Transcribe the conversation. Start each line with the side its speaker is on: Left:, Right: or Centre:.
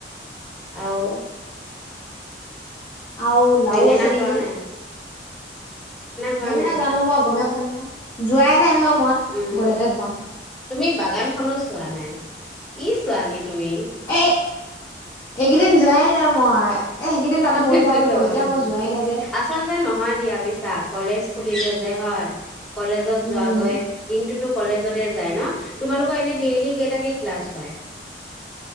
Centre: আৰু
Left: আৰু লাউ
Centre: বেঙেনা
Left: আছে নেকি,
Centre: কৰা নাই কৰা
Left: বেঙেনা
Centre: নাই
Left: জানো মই গমে- যোৱাই নাই নহ- মই
Centre: উম
Left: গ'লেহে গমপাম।
Centre: তুমি বাগানখনো চোৱা নাই, কি ছোৱালী। তুমি
Left: এই এইকেইদিন যোৱাই নাই মই। এ সেইকেইদিন তাতে
Centre: হি
Left: বহি
Centre: হি
Left: থাকোতো
Centre: হি হি
Left: এতিয়া
Centre: হয়।
Left: মই যোৱাই নাই যে।
Centre: আছলতে নহয় দিয়া বুজিছা। কলেজ খুলিলে যে, হয়। কলেজত যোৱ
Left: উম
Centre: গৈ, দিনটোতো কলেজত তে যায় ন। তোমালোকৰ এনে ডেইলি কেইটাকে ক্লাছ হয়?